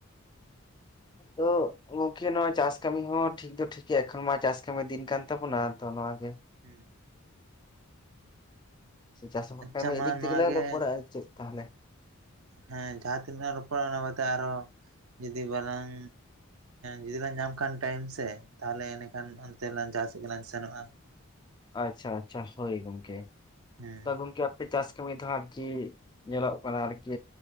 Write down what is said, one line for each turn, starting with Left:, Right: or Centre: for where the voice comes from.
Left: ᱛᱚ ᱜᱚᱝᱠᱮ ᱱᱚᱣᱟ ᱪᱟᱥ ᱠᱟᱹᱢᱤ ᱦᱚᱸ ᱴᱷᱤᱠ ᱫᱚ ᱴᱷᱤᱠ ᱜᱮᱭᱟ, ᱮᱠᱷᱚᱱ ᱢᱟ ᱪᱟᱥ ᱠᱟᱹᱢᱤ ᱫᱤᱱ ᱠᱟᱱ᱾ ᱛᱟᱵᱚᱱᱟ
Right: ᱦᱩᱸ
Left: ᱛᱚ ᱱᱚᱣᱟ ᱜᱮ,
Right: ᱦᱮᱸ
Left: ᱪᱟᱥ
Right: ᱟᱪᱪᱷᱟ
Left: ᱠᱟᱹᱢᱤ
Right: ᱢᱟ
Left: ᱤᱫᱤ ᱠᱟᱛᱮᱫ
Right: ᱱᱚᱣᱟ
Left: ᱜᱮᱞᱟᱝ
Right: ᱜᱮ
Left: ᱨᱚᱯᱚᱲᱟ ᱟᱨ ᱪᱮᱫ ᱛᱟᱦᱚᱞᱮ᱾
Right: ᱦᱮᱸ ᱡᱟᱦᱟᱸ ᱛᱤᱱᱟᱹᱜ ᱞᱟᱝ ᱨᱚᱯᱚᱲᱟ ᱚᱱᱟ ᱵᱟᱫ ᱛᱮ ᱟᱨᱦᱚ ᱡᱩᱫᱤ ᱵᱟᱞᱟᱝ ᱡᱩᱫᱤᱞᱟᱝ ᱧᱟᱢ ᱠᱷᱟᱱ ᱴᱟᱭᱤᱢ ᱥᱮ, ᱛᱟᱦᱚᱞᱮ ᱮᱸᱰᱮᱠᱷᱟᱱ ᱚᱱᱛᱮᱞᱟᱝ ᱡᱟᱦᱟᱸ ᱥᱮᱫ ᱜᱮᱞᱟᱝ ᱥᱮᱱᱚᱜᱼᱟ᱾
Left: ᱟᱪᱪᱷᱟ ᱟᱪᱪᱷᱟ, ᱦᱳᱭ ᱜᱚᱝᱠᱮ᱾
Right: ᱦᱮᱸ
Left: ᱜᱚᱝᱠᱮ ᱟᱯᱮ ᱪᱟᱥ ᱠᱟᱹᱢᱤ ᱫᱚ ᱦᱟᱸᱜ ᱠᱤ ᱧᱮᱞᱚᱜ ᱠᱟᱱᱟ ᱟᱨᱠᱤ